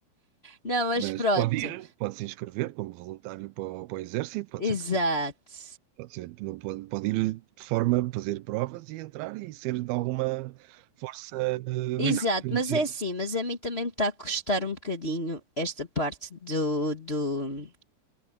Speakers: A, on the left (about 50°); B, on the right (about 80°).
A: Não, mas
B: Mas
A: pronto,
B: pode ir, pode se inscrever como voluntário para, o- para o exército, pode
A: exato.
B: ser. Pode ser, não pode, pode ir de forma a fazer provas e entrar e ser de alguma força eh,
A: Exato,
B: militar. quer
A: mas
B: dizer.
A: é assim, mas a mim também me está a custar um bocadinho esta parte do, do,